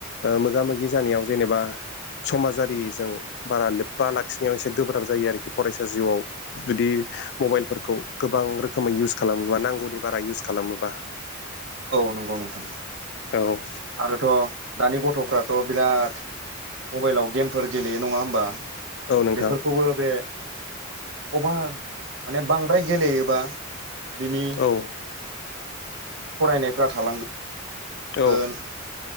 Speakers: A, on the left; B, on the right.
A: मोगा मोगि जानायाव जेनेबा समाजारिजों बारा लोब्बा लाखिनायाव एसे गोब्राब जायो आरोखि फरायसा जिउआव जुदि मबाइलफोरखौ गोबां रोखोमै इउस खालामोबा नांगौनि बारा इउस खालामोबा
B: औ नंगौ नोंथां
A: औ
B: आरोथ' दानि गथ'फ्राथ' बिराद मबाइलाव गेमफोर गेलेयो नङा होमबा
A: औ नोंथां
B: बेफोरखौबो बे अभार माने बांद्राय गेलेयोबा बिनि
A: औ
B: फरायनायफ्रा थालांगोन
A: औ